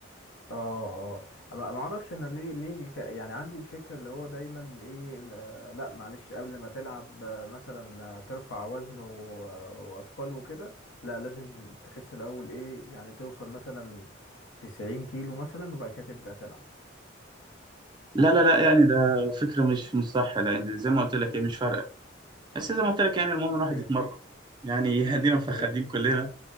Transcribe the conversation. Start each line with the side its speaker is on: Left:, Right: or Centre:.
Left: اه اه ما ما اعرفش انا ليه ليه ك- يعني عندي الفكره اللي هو دايما ايه ل- لا معلش قبل ما تلعب آه، مثلا آه، ترفع وزن و- واثقال وكده لا لازم تخس الاول ايه يعني توصل مثلا 90 كيلو مثلا وبعد كده تبدا تلعب
Right: لا لا لا يعني ده فكرة مش مش صح لأن زي ما قلت لك
Left: مم.
Right: هي مش فارقة بس زي ما قلت لك يعني المهم
Left: اوكي
Right: الواحد يتمرن يعني <laughs> هدينا مفخدين
Left: اوكي
Right: كلنا